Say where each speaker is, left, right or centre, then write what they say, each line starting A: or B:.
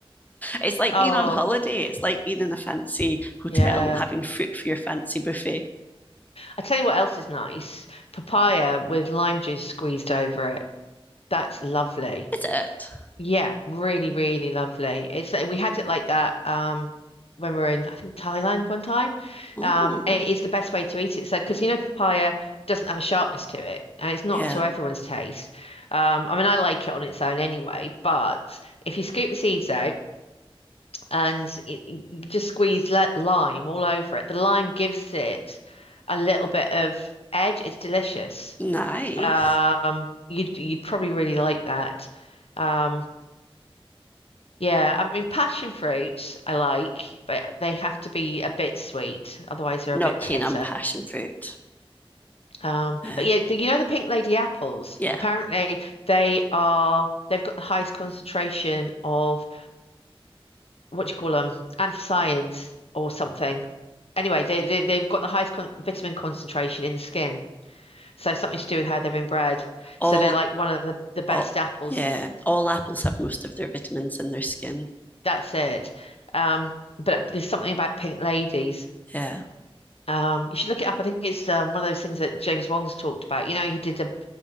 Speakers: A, on the left; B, on the left.
A: It's like
B: Oh,
A: being on holiday. It's like being in a fancy hotel,
B: yeah.
A: having fruit for your fancy buffet.
B: I tell you what else is nice. Papaya with lime juice squeezed over it. That's lovely.
A: Is it?
B: Yeah, really, really lovely. It's like- we had it like that um when we were in I think Thailand one time.
A: Oh,
B: Um it is the best way to eat it. So because you know papaya doesn't have a sharpness to it and it's not
A: yeah.
B: to everyone's taste. Um I mean I like it on its own anyway, but if you scoop the seeds out and it, you just squeeze let lime all over it, the lime gives it a little bit of edge. It's delicious.
A: Nice.
B: Um you'd you'd probably really like that. Um yeah, I mean, passion fruits I like, but they have to be a bit sweet, otherwise they're
A: Not
B: a bit
A: keen
B: bitter.
A: on passion fruit.
B: Um,
A: Yeah.
B: but yeah, the, you know the Pink Lady apples.
A: Yeah.
B: Apparently, they are they've got the highest concentration of what do you call them, anthocyanins or something. Anyway, they, they they've got the highest con vitamin concentration in the skin, so something to do with how they've been bred.
A: All,
B: So they're like one of the the best
A: all,
B: apples.
A: yeah. All apples have most of their vitamins in their skin.
B: That's it. Um, but there's something about Pink Ladies.
A: Yeah.
B: Um, you should look it up. I think it's um, one of those things that James Wong's talked about. You know, he did a,